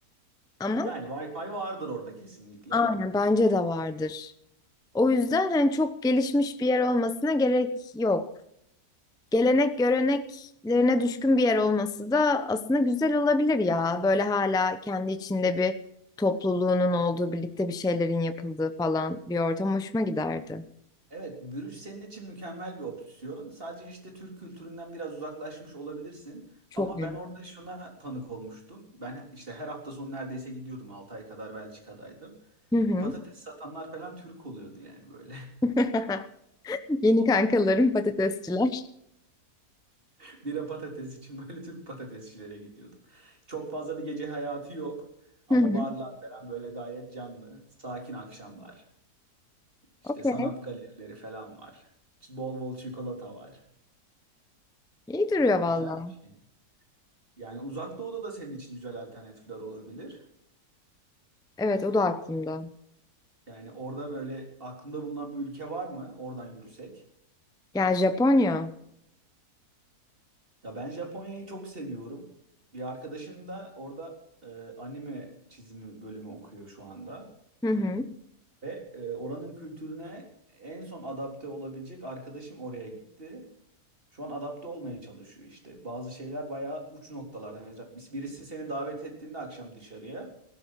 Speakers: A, in the centre; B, on the right.
A: Ama
B: Yani Wi-Fi vardır orada kesinlikle.
A: aynen bence de vardır. O yüzden hani çok gelişmiş bir yer olmasına gerek yok. Gelenek göreneklerine düşkün bir yer olması da aslında güzel olabilir ya. Böyle hala kendi içinde bir topluluğunun olduğu, birlikte bir şeylerin yapıldığı falan bir ortam hoşuma giderdi.
B: Evet, bürüş senin için mükemmel bir opsiyon. Sadece işte Türk kültüründen biraz uzaklaşmış olabilirsin.
A: Çok
B: Ama
A: iyi.
B: ben orada şuna tanık olmuştum. Ben işte her hafta sonu neredeyse gidiyordum. 6 ay kadar Belçika'daydım.
A: Hı hı.
B: Patates satanlar falan Türk oluyordu yani böyle.
A: <laughs> Yeni kankalarım patatesçiler.
B: <laughs> Bira patates için böyle Türk patatesçilere gidiyordum. Çok fazla bir gece hayatı yok. Ama
A: Hı hı.
B: barlar falan böyle gayet canlı. Sakin akşamlar. İşte
A: Okey.
B: sanat galerileri falan var. Bol bol çikolata var.
A: İyi duruyor valla.
B: Güzel bir şey. Yani uzak doğuda da senin için güzel alternatifler olabilir.
A: Evet o da aklımda.
B: Yani orada böyle aklında bulunan bir ülke var mı? Oradan yürüsek.
A: Yani Japonya.
B: Ya ben Japonya'yı çok seviyorum. Bir arkadaşım da orada e, anime çizimi bölümü okuyor şu anda.
A: Hı hı.
B: Ve e, oranın kültürüne en son adapte olabilecek arkadaşım oraya gitti. Şu an adapte olmaya çalışıyor işte. Bazı şeyler bayağı uç noktalarda. Mesela birisi seni davet ettiğinde akşam dışarıya